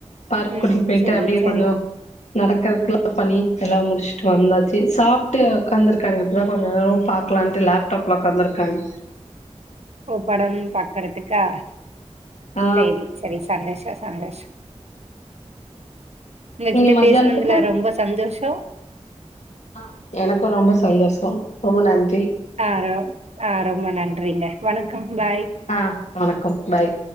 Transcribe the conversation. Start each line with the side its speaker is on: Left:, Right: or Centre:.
Left: பார்க்
Right: ம்
Left: கூட்டிட்டு போயிட்டு
Right: செரி
Left: அப்டியே
Right: செரி
Left: கொஞ்சோ நடக்கறக்குல்லா பண்ணி எல்லா முடிச்ட்டு வந்தாச்சு சாப் ட்டு ஒக்காந்துருக்காங்க இப்டி தா கொஞ்ச நேர பாக்லான்ட்டு லேப்டாப்ல ஒக்காந்துருக்காங்க
Right: ஓ படம் பாக்குறதுக்கா
Left: ஆ
Right: சேரி சரி சந்தோஷ சந்தோஷ உங்ககிட்ட
Left: நீங்க மத்தியானத்துக்கு
Right: பேசுனதுல ரொம்ப சந்தோஷோ
Left: ஆ எனக்கு ரொம்ப சந்தோஷ ரொம்ப நன்
Right: ஆ ர ஆ ரொம்ப நன்றிங்க வணக்கம் பாய்
Left: ஆ வணக்கம் பாய்